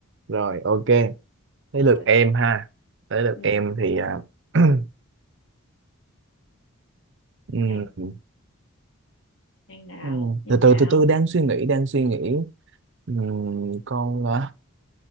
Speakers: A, on the right; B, on the left.
A: rồi ok tới
B: rồi
A: lượt em ha tới lượt
B: ừ
A: em thì à, <clears throat> ừm,
B: nhanh nhanh nào
A: ừm,
B: nhanh
A: từ từ
B: nào
A: từ từ đang suy nghĩ đang suy nghĩ Ừm, con à,